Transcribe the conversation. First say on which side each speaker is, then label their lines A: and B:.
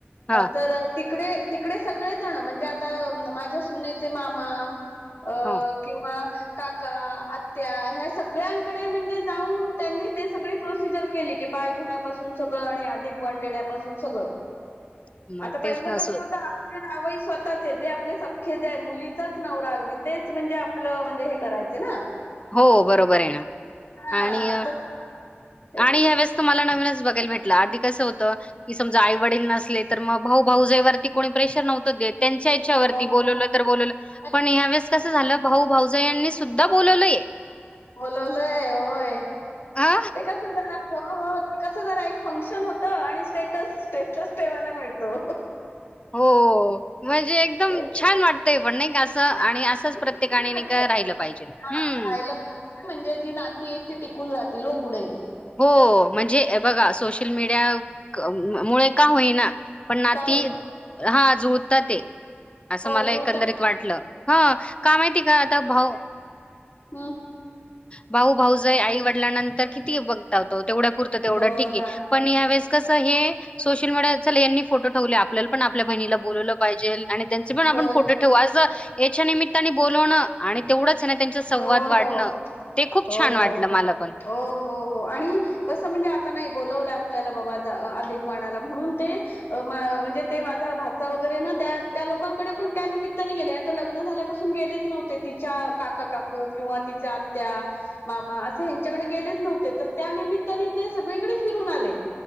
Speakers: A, on the left; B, on the left.
A: हा
B: तर तिकडे त- तिकडे सगळे जण म्हणजे आता माझ्या सुनेचे मामा अ
A: हो
B: किंवा - काका आत्या ह्या सगळ्यांकडे म्हणजे जाऊन त्यांनी ते सगळी प्रोसिजर केली की. पाय धुण्यापासून सगळं आणि अधिक वाण देण्यापासून सगळं.
A: <inaudible> मग
B: आता
A: तेच
B: पहिलं
A: नसो
B: कस होत आप- जावई स्वतःचे जे आपले सखे जे आहेत मुलीचाच नवरा अगदी तेच म्हणजे आपलं म्हणजे हे करायच ना.
A: हो बरोबर आहे ना
B: हां
A: आणि
B: आता तेच.
A: आणि ह्या वळेस तर मला. नवीन चं बघायला भेटलं.. आधी कस होतं आईवडील नसले. तर मग भाऊ भाऊजईवरती कोणी प्रेशर नव्हतं देत. त्यांच्या इच्छावरती
B: हो,
A: बालवलं
B: हो.
A: तर बोलवलं.
B: हो.
A: पण ह्या वेळी कस झालं भाऊ भावजई- जय यांनी सुद्धा.. बोलवलंय आहे.
B: बोलवलयं होय.
A: हा
B: ते कस जरा हो.. हो.. कसं जरा एक फंक्शन होतं आणि स्टेटस स्टेटस ठेवायला मिळतो.
A: हो म्हणजे एकदम
B: ते
A: छान वाटलं. पण नाही असं
B: छान
A: आणि
B: वाटतं
A: असंच प्रत्येकाने
B: छान वाटतं.
A: नाही का राहिलं पाहिजे.
B: हां
A: हम्म...
B: राहिलं म्हणजे जी नाती आहेत ती टिकून राहतील हो पुढे
A: हो म्हणजे बघा, सोशल मीडिया मुळे का होईना. पण नाती
B: का होईल
A: हा जुळतात हे.. असं
B: हो
A: मला
B: जुळतात
A: एकंदरीत वाटलं. हा.. का माहिती का आता भाऊ.
B: व.
A: भाऊ भाऊजई आई वडलान नंतर किती बंघतात हो. तेवढ्यापुरतं तेवढं
B: हो
A: ठीक हाय
B: ना
A: पण ह्यावेेळेस कस हे हाय सोशल मीडियावरचा ह्यांनी फोटो ठेवले आपल्याला पण आपल्या बहिणीला बोलवलं पाहिजेल आणि त्यांचे पण
B: होय
A: आपण फोटो
B: होय
A: ठेवू असं याच्या निमित्ताने बोलवणं आणि तेवढंच च ना त्यांच्यात संवाद
B: हो
A: वाढणं.
B: हो
A: ते खूप
B: हो
A: छान वाटलं
B: हो
A: मला पण.
B: हो हो हो आणि कसं म्हणजे आता नाई ब बोलवलंय आपल्याला बाबा जा अ अधिक व्हणाला म्हणून ते अ मा अं म्हणजे माझा भाच्चा वर्गे ना ते त्या त्या लोकांकडे पण त्या निमित्ताने गेल्यात तर लग्न झाल्यापासून गेलेच नव्हते तिच्या काका काकू किंवा तिच्या आत्या मामा असे ह्यांच्याकडे गेलेच नव्हते तर त्या निमित्ताने ते सगळीकडे फिरून आले.